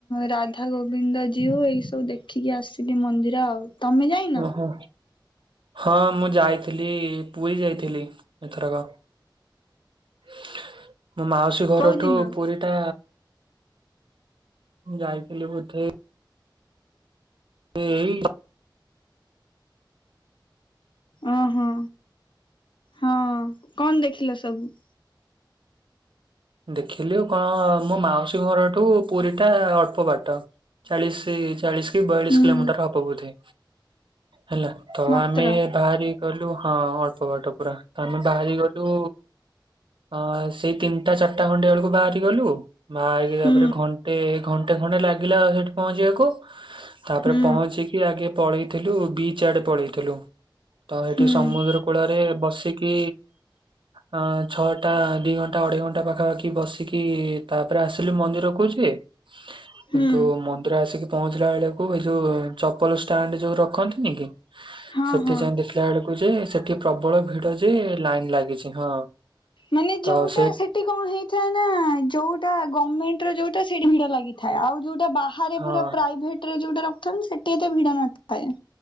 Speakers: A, on the left; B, on the right.
A: ରାଧା ଗୋବିନ୍ଦ ଜିଉ ଏଇ ସବୁ ଦେଖିକି ଆସିଲି ମନ୍ଦିର ଆଉ। ତମେ ଯାଇ
B: ଓହୋ ହଁ ମୁଁ ଯାଇଥିଲି, ପୁରୀ ଯାଇଥିଲି ଏଥରକ। <inaudible> ମୋ ମାଉସୀ ଘରଠୁ
A: କୋଉ ଦିନ?
B: ପୁରୀ ଟା <inaudible> ଯାଇଥିଲି ବଧେଇ ଏଇ
A: ଓହୋ, ହଁ କଣ ଦେଖିଲା ସବୁ?
B: ଦେଖିଲୁ କଣ, ମୋ ମାଉସୀ ଘରଠୁ ପୁରୀ ଟା ଅଳ୍ପ ବାଟ। ଚାଳିଶ, ଚାଳିଶ କି ବୟାଳିଶ
A: ହୁଁ
B: କିଲୋମିଟର ହବ ବୋଧେ ହେଲା। ତ
A: ମାତ୍ର
B: ଆମେ ବାହାରି ଗଲୁ ହଁ, ଅଳ୍ପ ବାଟ ପୁରା ତ ଆମେ ବାହାରି ଗଲୁ ଅ ସେଇ ତିନିଟା ଚାରିଟା ଖଣ୍ଟେ ବେଳକୁ ବାହାରି ଗଲୁ, ବାହାରିକି
A: ହୁଁ
B: ତାପରେ ଘଣ୍ଟେ ଘ ଗୋଟେ ଖଣ୍ଡେ ଲାଗିଲା ସେଠି ପହଞ୍ଚିବାକୁ, ତାପରେ
A: ହୁଁ
B: ପହଞ୍ଚିକି ଆଗେ ପଳେଇଥିଲୁ ବିଚ୍ ଆଡେ ପଳେଇଥିଲୁ। ତ ଏଠି
A: ହୁଁ
B: ସମୁଦ୍ର କୂଳରେ ବସିକି, ଅ ଛଅଟା ଦି ଘଣ୍ଟା ଅଢେଇ ଘଣ୍ଟା ଟା ପାଖାପାଖି ବସିକି ତାପରେ ଆସିଲି ମନ୍ଦିର କହୁଛି କିନ୍ତୁ
A: ହୁଁ
B: ମନ୍ଦିର ଆସିକି ପହଞ୍ଚିଲା ବେଳେକୁ ଏ ଯୋଉ ଚପଲଷ୍ଟାଣ୍ଡ ଯୋଉ ରଖନ୍ତି ନ କି,
A: ହଁ
B: ସେଠି
A: ହଁ
B: ଯାଇ ଦେଖିଲା ବେଳକୁ ଯେ ଏଠି ପ୍ରବଳ ଭିଡ ଯେ ଲାଇନ୍ ଲାଗିଛି। ହଁ,
A: ମାନେ
B: ତ
A: ଯୋଉଟା
B: ସେଇ
A: ସେଠି କଣ ହେଇଥାଏ ନା ଯୋଉଟା ଗମେଣ୍ଟ ର ଯୋଉଟା ସେ ଭିଡ ଲାଗିଥାଏ। ଆଉ ଯୋଉଟା ବା ରେ
B: ହଁ
A: ପୁରା ପ୍ରାଇଭେଟ ରେ ଯୋଉଟା ରଖିନ୍ତି, ସେଠି ଏତେ ଭିଡ ନଥାଏ।